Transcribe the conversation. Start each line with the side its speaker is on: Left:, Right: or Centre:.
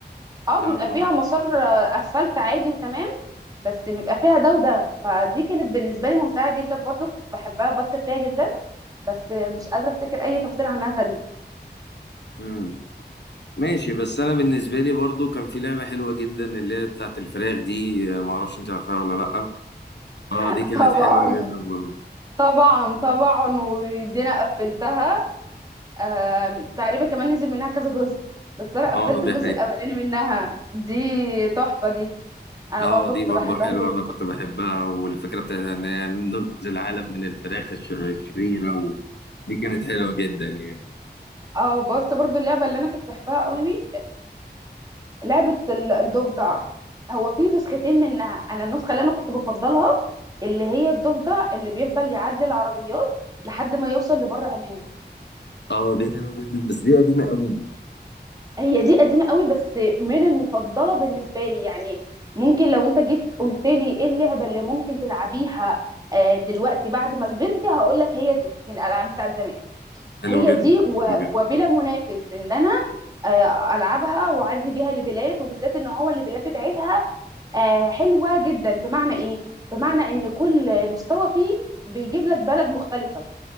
Right: اه
Left: لا
Right: بيبقى
Left: هو-
Right: فيها مسار آه، اسفلت عادي وتمام بس بيبقى فيها ده وده فدي كانت بالنسبه لي ممتعه جدا برضو كنت بحبها وبكتب فيها جدا بس مش قادره افتكر اي تفاصيل عنها تانية
Left: مم. ماشي بس انا بالنسبه لي برضو كان في لعبه حلوه جدا اللي هي بتاعت الفراخ دي ما اعرفش انت عارفاها ولا لا اه
Right: <laughs>
Left: دي كانت
Right: طبعا
Left: حلوه جدا برضو
Right: طبعا طبعا ودي انا قفلتها آم، تقريبا كمان نزل منها كذا جزء بس انا
Left: اه
Right: قفلت الجزء
Left: دي حقيقة.
Right: الاولاني منها دي تحفه دي انا
Left: اه
Right: برضو
Left: دي
Right: كنت
Left: برضو
Right: بحبها
Left: حلوه
Right: جدا
Left: انا كنت بحبها والفكره بتاعتها ان هي ننقذ العالم من الفراخ الش- الشريره و... دي كانت حلوه جدا يعني
Right: اه بص برضو اللعبه اللي انا كنت بحبها قوي لعبة ال- الضفدع هو في نسختين منها انا النسخة اللي انا كنت بفضلها اللي هي الضفدع اللي بيفضل يعدي العربيات لحد ما يوصل لبر امان
Left: اه دي حلوه جدا بس دي قديمه قوي
Right: هي دي قديمة قوي بس من المفضلة بالنسبة لي يعني ممكن لو انت جيت قلت لي ايه اللعبة اللي ممكن تلعبيها آه، دلوقتي بعد ما كبرتي هقول لك هي دي من الالعاب بتاعت زمان
Left: حلو
Right: هي
Left: جدا
Right: دي و-
Left: حلو جدا
Right: وبلا منافس ان انا آه، العبها واعدي بيها لبلاد وبالذات ان هو الليفلات بتاعتها آه، حلوه جدا بمعنى ايه بمعنى ان كل مستوى فيه بيجيب لك بلد مختلفه